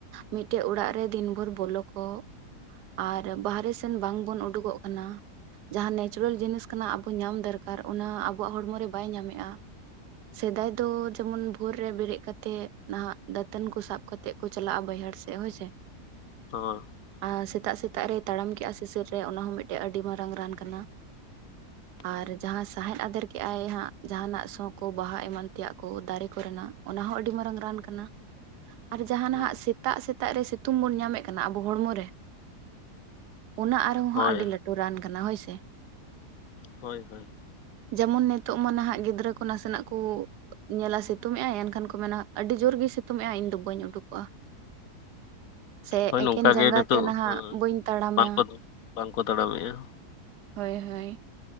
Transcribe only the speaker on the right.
ᱢᱤᱫᱴᱮᱱ ᱚᱲᱟᱜ ᱨᱮ ᱫᱤᱱ ᱵᱷᱳᱨ ᱵᱚᱞᱚ ᱠᱚᱜ ᱾ ᱟᱨ ᱵᱟᱦᱨᱮ ᱥᱮᱱ ᱵᱟᱝ ᱵᱚᱱ ᱩᱰᱩᱠᱚᱜ ᱠᱟᱱᱟ ᱡᱟᱦᱟᱸ ᱱᱮᱪᱟᱨᱮᱞ ᱡᱤᱱᱤᱥ ᱠᱟᱱᱟ ᱟᱵᱚ ᱧᱟᱢ ᱫᱚᱨᱠᱟᱨ ᱚᱱᱟ ᱟᱵᱚᱣᱟᱜ ᱦᱚᱲᱢᱚᱨᱮ ᱵᱟᱭ ᱧᱟᱢᱮᱜ-ᱟ ᱾ ᱥᱮᱫᱟᱭ ᱫᱚ ᱡᱮᱢᱚᱱ ᱵᱷᱳᱨ ᱨᱮ ᱵᱮᱨᱮᱫ ᱠᱟᱛᱮᱫ ᱱᱟᱦᱟᱜ ᱫᱟᱹᱛᱟᱹᱱ ᱠᱚ ᱥᱟᱵ ᱠᱟᱛᱮᱫ ᱠᱚ ᱪᱟᱞᱟᱜ-ᱟ ᱵᱟᱹᱭᱦᱟᱹᱲ ᱥᱮᱫ ᱦᱳᱭ ᱥᱮ ᱾
ᱟᱨ ᱥᱮᱛᱟᱜ ᱥᱮᱛᱟᱜ ᱨᱮᱭ ᱛᱟᱲᱟᱢ ᱠᱮᱜ-ᱟ ᱥᱤᱥᱤᱨ ᱨᱮ ᱚᱱᱟ ᱦᱚᱸ ᱢᱤᱫᱴᱮᱡ ᱟᱹᱰᱤ ᱢᱟᱨᱟᱝ ᱨᱟᱱ ᱠᱟᱱᱟ ᱾
ᱟᱨ ᱡᱟᱦᱟᱸ ᱥᱟᱦᱮᱫ ᱟᱫᱮᱨ ᱠᱮᱜ-ᱟᱭ ᱦᱟᱸᱜ ᱡᱟᱦᱟᱱᱟᱜ ᱥᱚ ᱠᱚ ᱵᱟᱦᱟ ᱮᱢᱟᱱ ᱛᱮᱭᱟᱜ ᱠᱚ ᱫᱟᱨᱮ ᱠᱚᱨᱮᱱᱟᱜ ᱚᱱᱟ ᱦᱚᱸ ᱟᱹᱰᱤ ᱢᱟᱨᱟᱝ ᱨᱟᱱ ᱠᱟᱱᱟ ᱾
ᱟᱨ ᱡᱟᱦᱟᱸ
ᱱᱟᱦᱟᱜ ᱥᱤ ᱥᱮᱛᱟᱜ ᱥᱮᱛᱟᱜ ᱨᱮ ᱥᱤᱛᱩᱝ ᱵᱚᱱ ᱧᱟᱢᱮᱫ ᱠᱟᱱᱟ ᱟᱵᱚ ᱦᱚᱲᱢᱚ ᱨᱮ, ᱚᱱᱟ ᱟᱨᱦᱚᱸ
ᱦᱟᱸᱜ ᱟᱹᱰᱤ ᱞᱟᱹᱴᱩ ᱨᱟᱱ ᱠᱟᱱᱟ ᱦᱳᱭ ᱥᱮ ᱾
ᱡᱮᱢᱚᱱ ᱱᱤᱛᱚᱜ ᱢᱟ ᱱᱟᱦᱟᱜ ᱜᱤᱫᱽᱨᱟᱹ ᱠᱚ ᱱᱟᱥᱮᱱᱟᱜ ᱠᱚ ᱧᱮᱞᱟ ᱥᱤᱛᱩᱝᱮᱫ ᱟᱭ ᱮᱱᱠᱷᱟᱱ ᱠᱚ ᱢᱮᱱᱟ ᱟᱹᱰᱤ ᱡᱳᱨ ᱜᱮᱭ ᱥᱤᱛᱩᱝ ᱮᱜ-ᱟᱭ ᱤᱧᱫᱚ ᱵᱟᱹᱧ ᱩᱰᱩᱠᱚᱜ-ᱟ ᱾ ᱥᱮ
ᱮᱠᱮᱱ
ᱡᱟᱸᱜᱟ
ᱛᱮ ᱱᱟᱦᱟᱜ
ᱵᱟᱹᱧ ᱛᱟᱲᱟᱢᱟ
᱾
ᱦᱳᱭ ᱦᱳᱭ ᱾